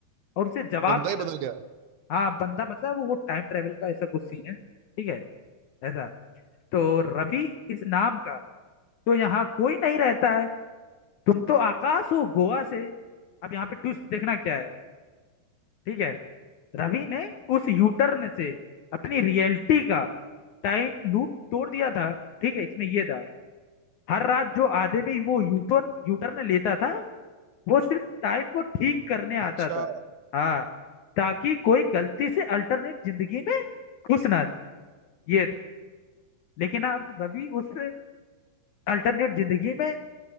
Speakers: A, on the left (about 70°); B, on the right (about 75°).
A: और उसे जवाब
B: बंदा ही
A: मिला
B: बदल गया
A: हाँ बंदा मतलब वो टाइम ट्रेवल का ऐसा कुछ सीन है ठीक है ऐसा तो रवि इस नाम का तो यहाँ कोई नहीं रहता है तुम तो आकाश हो गोवा से अब यहाँ पे ट्विस्ट देखना क्या है ठीक है रवि ने उस यूटर्न से अपनी रियलिटी का टाइम लूप तोड़ दिया था ठीक है इसमें ये था हर रात जो आदमी वो यूटर्न यूटर्न लेता था वो सिर्फ टाइम को ठीक करने आता
B: अच्छा
A: था हाँ ताकि कोई गलती से अल्टरनेट जिंदगी में घुस ना जाए ये था। लेकिन अब रवि उस अल्टरनेट जिंदगी में